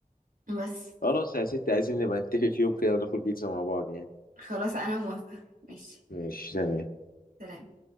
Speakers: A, on the right; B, on the left.
A: بس
B: خلاص يا ستي عايزين نبقى نتفق في يوم كده وناكل بيتزا مع بعض يعني
A: خلاص انا موافقة ماشي
B: ماشي تمام
A: سلام